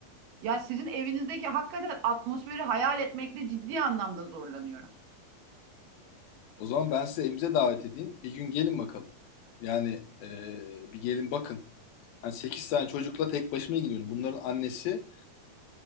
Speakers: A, on the right; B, on the left.
A: Ya sizin evinizdeki hakikaten atmosferi hayal etmekte ciddi anlamda zorlanıyorum.
B: O zaman ben size evimize davet edeyim. Bir gün gelin bakalım. Yani eee, bir gelin bakın. Yani 8 tane çocukla tek başıma ilgileniyorum. Bunların annesi